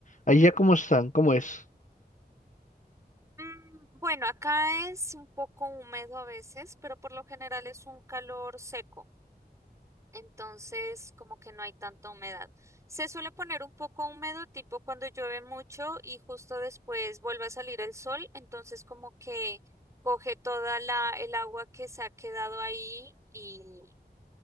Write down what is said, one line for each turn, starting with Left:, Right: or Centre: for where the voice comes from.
Left: Allá cómo están, cómo es.
Right: Mm, Bueno, acá es un poco húmedo a veces, pero por lo general es un calor seco, entonces como que no hay tanta humedad. Se suele poner un poco húmedo, tipo cuando llueve mucho y justo después vuelve a salir el sol, entonces como que coge toda la, el agua que se ha quedado ahí y,